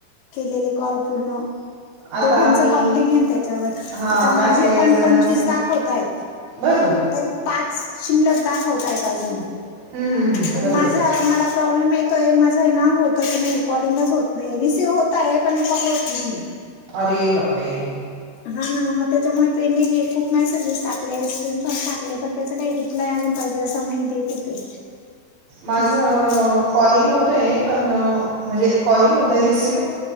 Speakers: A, on the left; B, on the right.
A: केलेले कॉल पूर्ण
B: आता
A: दोघांचा
B: मी
A: काउंटिंग त्याच्यावर
B: हां
A: आता माझे
B: काही काही
A: पण
B: जणांचं
A: पंचवीस दाखवत आहेत
B: बरं बरं
A: तरी पाच शिल्लक दाखवताय अजून
B: हम्म, हम्म, हम्म.
A: पण
B: बरोबर
A: माझा मला प्रॉब्लेम य ोय माझा आहे ना होतच नाही कॉलिंगच होत नाही रिसीव्ह होत आहे पण कॉल होत नाही
B: अरे बापरे
A: हा ना मग त्याच्यामुळे पेंडिंग खूप मेसेजेस टाकले स्क्रीनशॉट टाकले पण त्याचा काही रिप्लाय ून पाहिजे असं नाही देत ते
B: माझ
A: मग होत
B: कॉलिंग होतय पण म्हणजे कॉलिंग होतय रिसिव